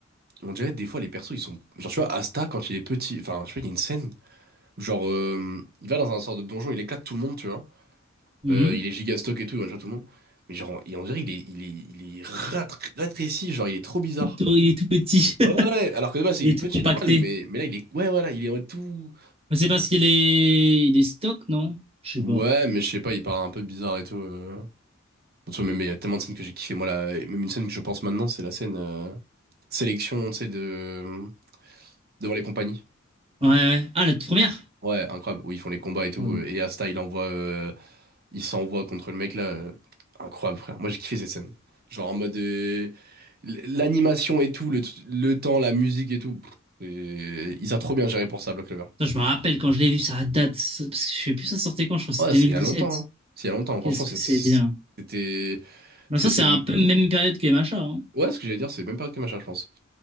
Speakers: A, on the right; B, on the right.
A: on dirait des fois, les persos, ils sont. Genre, tu vois, Asta, quand il est petit. Enfin, tu vois, il y a une scène. Genre, euh, il va dans un sort de donjon, il éclate tout le monde, tu vois.
B: Mhm.
A: Euh, il est giga stock et tout, il one-shot tout le monde. Mais genre, et on dirait il est, il est, il est rat- rétréci, genre, il est trop bizarre.
B: Tout- Il est tout petit. <laughs>
A: Ouais, ouais, ouais. alors que de base, il
B: Il est
A: est petit,
B: tout compacté.
A: normal, mais, mais là, il est. Ouais, voilà, il est en tout.
B: Mais C'est parce qu'il est, il est stock, non? Je
A: Ouais,
B: sais pas.
A: mais je sais pas, il paraît un peu bizarre et tout. euh. De même, il y a tellement de scènes que j'ai kiffé. Moi, là, même une scène que je pense maintenant, c'est la scène euh, sélection, tu sais, de... euh, devant les compagnies.
B: Ouais, ouais. Ah, la toute première?
A: Ouais, incroyable, où ils font les combats et tout.
B: Ouais.
A: euh, Et Asta, il envoie euh, il s'envoie contre le mec là. euh, incroyable, frère. Moi, j'ai kiffé cette scène. Genre en mode. euh, l- l'animation et tout, le, t- le temps, la musique et tout. pff, et ils ont trop bien géré pour ça, Black Clover.
B: Putain, je me rappelle quand je l'ai vu, ça date. ça- Parce que je sais plus, ça sortait quand, je crois que
A: Ouais,
B: c'est
A: c'est il y a longtemps.
B: sept
A: hein. C'est il y a longtemps. Franchement,
B: Qu'est-ce
A: c'est-
B: que c'est
A: c'est-
B: bien.
A: c'était.
B: Non,
A: C'était.
B: ça, c'est un peu même période que MHA, hein.
A: Ouais, ce que j'allais dire, c'est même pas que machin, je pense.